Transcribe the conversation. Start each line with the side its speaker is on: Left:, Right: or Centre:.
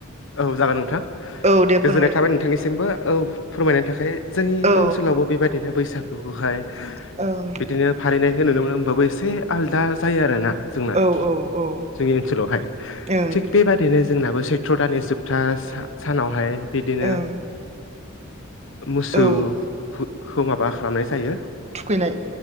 Left: औ जागोन नोंथां
Right: औ दे
Left: गोजोननाय
Right: फोरमायदो
Left: था- बाय नोंथांनिसिमबो फोरमायनायनि थाखाय। जोंनि
Right: औ
Left: ओनसोलावबो बेबायदिनो बैसागुखौहाय
Right: ओं
Left: बिदिनो फालिनायखौ नुनो मोनो होमबाबो एसे आलदा जायो आरो ना जोंना
Right: औ औ
Left: जोंनि ओनसोलावहाय
Right: ओं
Left: थिग बेबादिनो जोंनाबो सै- थ्र दानि जोबथा सानावहाय बिदिनो
Right: ओं
Left: मोसौखौ
Right: औ
Left: माबा खालामनाय जायो
Right: थुखैनाय